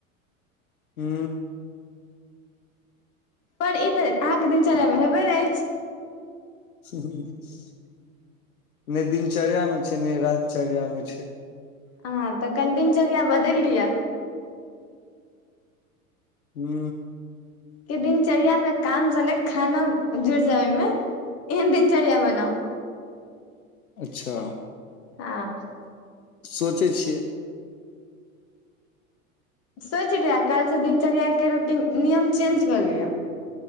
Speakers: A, on the left; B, on the left.
A: हू
B: पर ई तऽ अहाँकेँ दिनचर्यामे हेबे नहि अछि
A: नहि, दिनचर्यामे छै, ने रातचर्यामे छै
B: हँ, कनि दिनचर्या बदलि लिय
A: हू
B: जे दिनचर्यामे काम सँग खेनाइ जुड़ि जाय, ओहने दिनचर्या बनाउ
A: अच्छा
B: हाँ
A: सोचै छियै
B: सोचि लिअ, काल्हि सँ दिनचर्या के रूटीन नियम बदलि लिअ